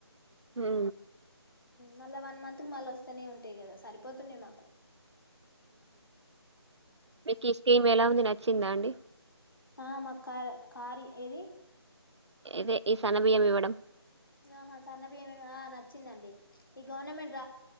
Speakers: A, on the right; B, on the left.
A: ఊ
B: మళ్ళా వన్ మంత్ కి మళ్ళా వస్తూనే ఉంట తే కదా సరిపోతున్నాయి మాకు
A: మీకిస్తేమేలా ఉంది నా వచ్చిందా అండి
B: ఆ మా కార్ కార్ ఏది
A: ఇదే ఈ సనబియ్యం ఇవ్వడం
B: ఆహా సన్న బియ్యం ఆ నచ్చిందండి ఈ గవర్నమెంట్